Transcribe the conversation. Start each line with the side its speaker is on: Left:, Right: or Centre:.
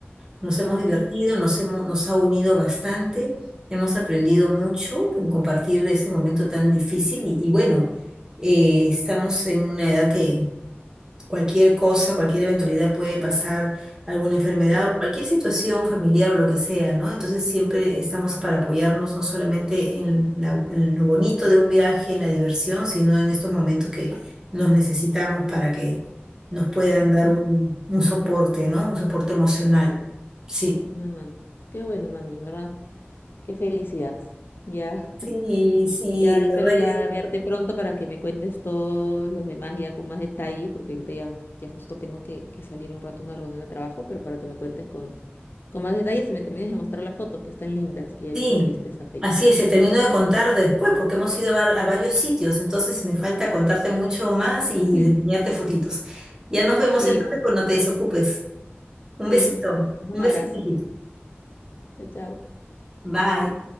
Right: Nos hemos divertido,
Left: Ay,
Right: nos hemos, nos ha unido bastante, hemos aprendido mucho en compartir este momento tan difícil y, y bueno, eh, estamos en una edad que Cualquier cosa, cualquier eventualidad puede pasar, alguna enfermedad
Left: claro,
Right: o cualquier situación familiar o lo que sea, ¿no? Entonces siempre estamos para apoyarnos no solamente en, la- en lo bonito de un viaje, en la diversión, sino en estos momentos que nos necesitamos para que nos puedan
Left: ujú,
Right: dar un, un soporte, ¿no? Un soporte emocional.
Left: claro,
Right: Sí.
Left: una mano. Qué bueno, mami, en verdad, qué felicidad. Ya.
Right: Sí, sí,
Left: Ya
Right: de
Left: espero
Right: verdad
Left: ya verte pronto para que me cuentes todos los demás ya con más detalle, porque ahorita ya, ya justo tengo que, que salir un rato a una reunión de trabajo, pero para que me cuentes con, con más detalles y me termines de mostrar las fotos que están lindas, que ya
Right: Sí,
Left: vi que subiste a Facebook.
Right: así es, se terminó de contar después porque hemos ido a, var- a varios sitios, entonces me falta contarte mucho más y
Left: <laughs>
Right: de enseñarte fotitos. Ya nos vemos
Left: Sí,
Right: entonces
Left: man.
Right: cuando te desocupes. Un
Left: Sí,
Right: besito,
Left: te mando
Right: un
Left: un
Right: besito,
Left: abrazo.
Right: hijito.
Left: Chao, chao.
Right: Bye.